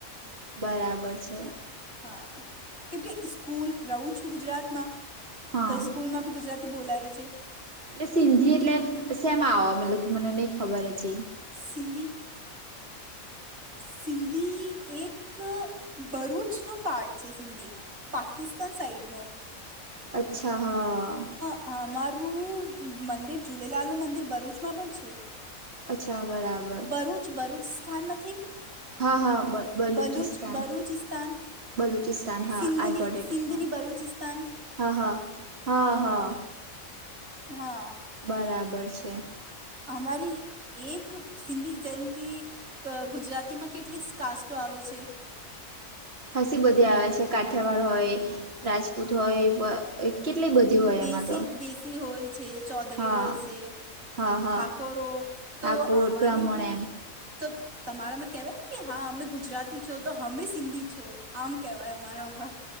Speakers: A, on the right; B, on the right.
A: બરાબર છે
B: હા કેમ કે સ્કૂલ રહું છું ગુજરાતમાં
A: હા
B: તો સ્કૂલમાં બી ગુજરાત બોલાવે છે
A: એટલે સિંધી એટલે સેમ આવ મત કે મને નહ ખબર જ
B: સિંધી સિંધી એક ભરૂચનો પાર્ટ છ સિંધી પાકિસ્તાન સાઈડનો
A: અચ્છા હા
B: હ અમારું મંદિર ઝૂલેલાલનું મંદિર ભરૂચમાં પણ છે
A: અચ્છા બરાબર
B: ભરૂચ ભરૂચ સ્થાન નથી
A: હા હા બ બલુચિસ્તાન
B: બલુચ ભરૂચ સ્થાન
A: બલુચિસ્તાન હા
B: સિંધની
A: આઈ ગોટ ઇટ
B: સિંધની
A: હા
B: બરૂુચિસ્તાન
A: હા હા હા હા
B: હા
A: બરાબર છે
B: હમારી એક સિંધી જેમ કે ક ગુજરાતીમાં કેટલી કાસ્ટો આવે છે
A: હસી બધી આવે છે કાઠિયાવાડ હોય રાજપૂત હોય કેટલી બધી હોય
B: દ
A: એમાં તો
B: દેશી હોય છે ચૌધરી
A: હા
B: હોય છે
A: હા હા
B: ઠાકોર હો
A: ઠાકોર
B: તો અમારી
A: બ્રાહ્મણ
B: ભી
A: એમ
B: તો તમારામાં કેવાય ને કે હા અમે ગુજરાતી છો તો અમે સિંધી છો આમ કેવાય અમારામાં